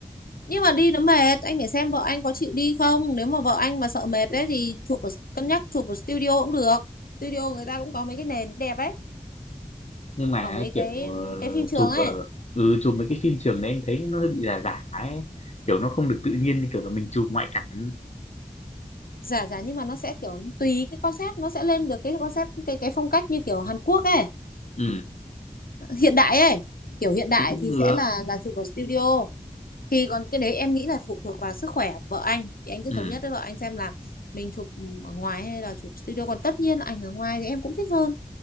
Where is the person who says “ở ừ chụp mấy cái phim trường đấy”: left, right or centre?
Left